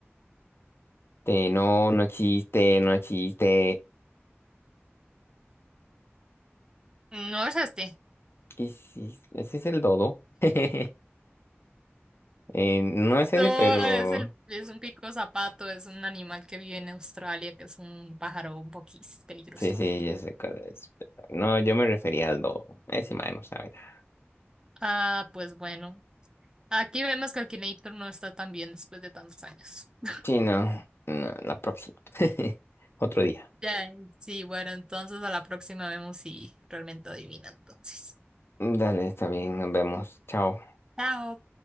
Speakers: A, on the left (about 60°); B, on the right (about 20°).
A: Este, no, no existe, no existe.
B: No es este.
A: ¿Qué es eso? ¿Ese es el dodo? <laughs> Eh, no es ese,
B: No,
A: pero
B: es el, es un pico zapato, es un animal que vive en Australia, que es un pájaro un poquís peligroso.
A: Sí, sí, yo sé cuál es. pero No, yo me refería al lobo. Ese man no sabe nada.
B: Ah, pues bueno. Aquí vemos que Akinator no está tan bien después de tantos años. <laughs>
A: Sí, no, no, la próxima. <laughs> Otro día.
B: Ya, sí, bueno, entonces a la próxima vemos si realmente adivina entonces.
A: Dale, está bien, nos vemos. Chao.
B: Chao.